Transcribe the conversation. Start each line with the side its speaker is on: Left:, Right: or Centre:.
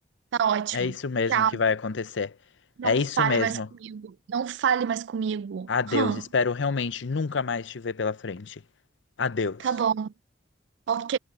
Right: Tá ótimo.
Left: É isso mesmo
Right: Tchau.
Left: que vai acontecer.
Right: Não
Left: É isso
Right: fale
Left: mesmo.
Right: mais comigo. Não fale mais comigo.
Left: Adeus.
Right: Hum,
Left: Espero realmente nunca mais te ver pela frente. Adeus.
Right: tá bom. Ok.